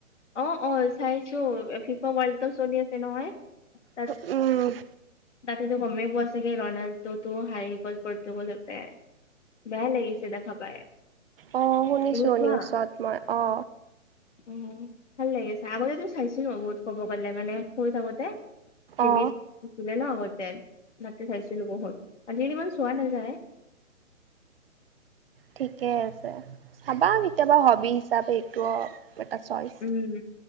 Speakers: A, on the left (about 65°); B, on the right (about 45°).
A: অ', অ', চাইছো ফিফা ৱৰ্ল্ড কাপ চলি আছে নহয়। তাত
B: অ',
A: তাতেতো গমেই পোৱা চাগে ৰনাল্ডো টো হাৰি গ'ল পৰ্তুগলতে। বেয়া লাগিছে দেখা পাই।
B: অ, শুনিছো
A: তুমি চোৱা?
B: নিউজত মই অ,
A: অ, ভাল লাগিছে আগতেতো চাইছো বহুত ক'ব গ'লে মানে সৰু থাকোতে টিভিত।
B: অ,
A: ছিলে ন আগতে তাতে চাইছিলো বহুত আজিকালি ইমান চোৱা নাযায়।
B: ঠিকে আছে চাবা কেতিয়াবা হবি হিচাপে এইটোও এটা চইচ
A: উম,